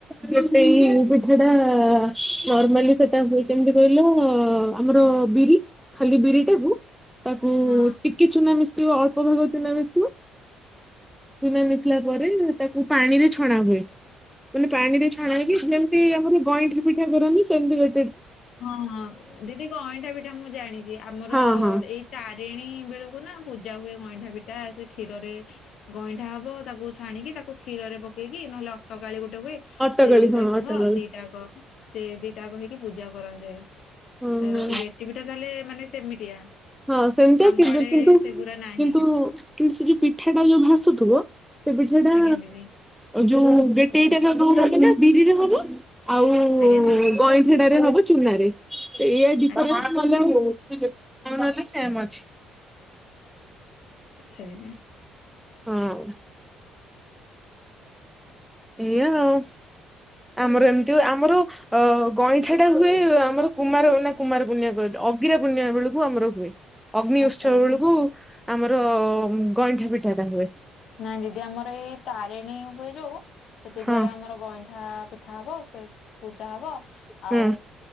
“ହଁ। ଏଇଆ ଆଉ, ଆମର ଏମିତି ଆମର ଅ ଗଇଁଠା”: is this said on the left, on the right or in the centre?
Centre